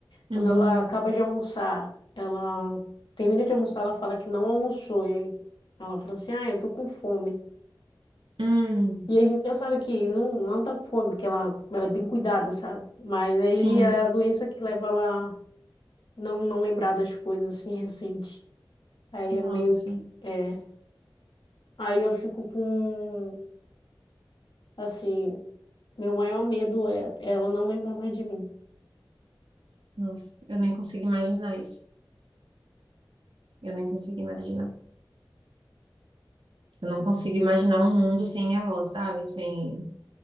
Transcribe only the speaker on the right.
Uhum.
Hum,
sim.
Nossa.
Nossa, eu nem consigo imaginar isso. Eu nem consigo imaginar. Eu não consigo imaginar um mundo sem minha avó, sabe? Sem,